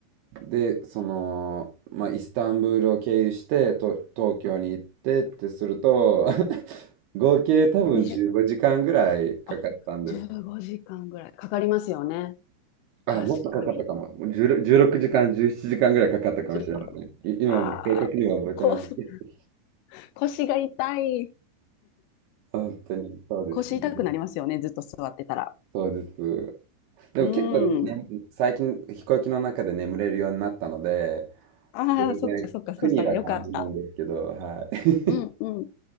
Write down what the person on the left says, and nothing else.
20、あ、15時間ぐらいかかりますよね。
確かに。
16ああ、
こう
腰が痛い。
腰痛くなりますよね、ずっと座ってたら。
うん。
ああ、
そっかそっか、そしたらよかった。
うんうん。